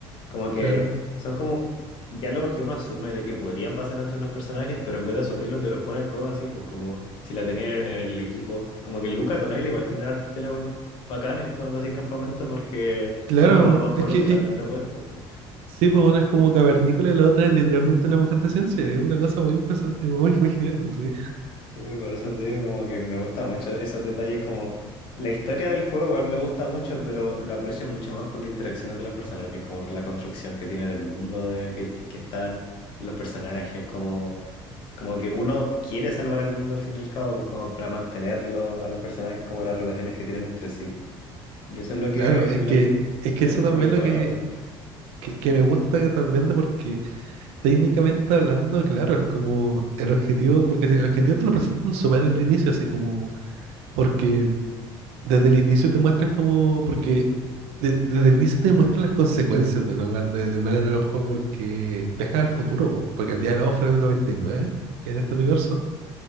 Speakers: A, on the left; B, on the right.
A: Como que
B: claro.
A: son como diálogos que uno asume de que podrían pasar entre los personajes, pero en vez de asumirlo te los pone el juego así, pues como si la tenían en el, en el equipo. Como que Luca con Ayla igual tienen hartos diálogos bacanes jugando así campamento porque
B: Claro,
A: son como dos pueblos
B: es que
A: totalmente
B: es-
A: opuestos, pues.
B: sí, pues una es como cavernícola y la otra es literalmente una mujer de ciencia. Es una cosa muy impresionante, muy, muy genial, sí.
A: Sí, pues, y por eso te digo como que me gusta mucho esos detalles como la historia del juego igual me gusta mucho, pero lo aprecio mucho más por las interacciones de los personajes, como la construcción que tiene del mundo de, que, que están los personajes, como Como que uno quiere salvar el mundo al fin y al cabo, pues como para mantenerlo a los personajes, como las relaciones que tienen entre sí. Y eso es lo que,
B: Claro, es
A: lo
B: que,
A: que
B: es que
A: es
B: eso
A: muy
B: también
A: bueno.
B: es lo que,
A: weón.
B: que, que me gusta que también de porque técnicamente hablando, claro, es como el objetivo, porque si el objetivo te lo presentan súper al inicio, así como, porque desde el inicio te muestran como, porque de- desde el inicio te muestran las consecuencias de no, gan- de, de no ganar el juego porque viajas al futuro, po, porque el día de la voz fue en el 99 en este universo